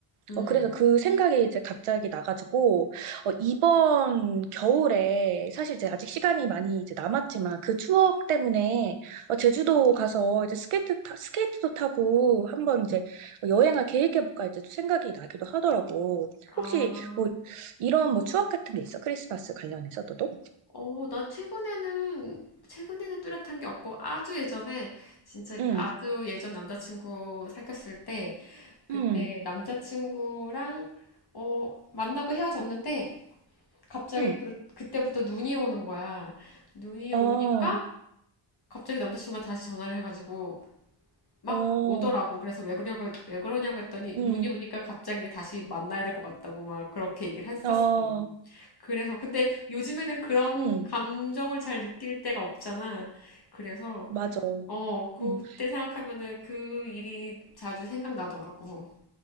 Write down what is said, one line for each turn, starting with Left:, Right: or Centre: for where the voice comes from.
Left: 음.
Right: 어, 그래서 그 생각이 이제 갑자기 나가지고, 어, 이번 겨울에, 사실 이제 아직 시간이 많이 이제 남았지만, 그 추억 때문에, 어, 제주도 가서 이제 스케이트, 타, 스케이트도 타고, 한번 이제 여행을 계획해볼까 이제 또 생각이 나기도 하더라고.
Left: 아,
Right: 혹시 뭐, 이런 뭐 추억 같은 게 있어? 크리스마스 관련해서 너도?
Left: 어, 나 최근에는, 최근에는 뚜렷한 게 없고, 아주 예전에, 진짜
Right: 응,
Left: 아주 예전 남자친구 사귀었을 때, 그때
Right: 응,
Left: 남자친구랑, 어, 만나고 헤어졌는데, 갑자기
Right: 응.
Left: 그, 그때부터 눈이 오는 거야. 눈이
Right: 어,
Left: 오니까 갑자기 남자친구가 다시 전화를 해가지고 막
Right: 어,
Left: 오더라고. 그래서 왜 그러냐고, 왜 그러냐고 했더니
Right: 응,
Left: 눈이 오니까 갑자기 다시 만나야 될 것 같다고 막 그렇게 얘기를 했었어.
Right: 어,
Left: 그래서 근데 요즘에는 그런
Right: 응,
Left: 감정을 잘 느낄 때가 없잖아. 그래서
Right: 맞아.
Left: 어, 그때
Right: 응.
Left: 생각하면은 그 일이 자주 생각나더라고.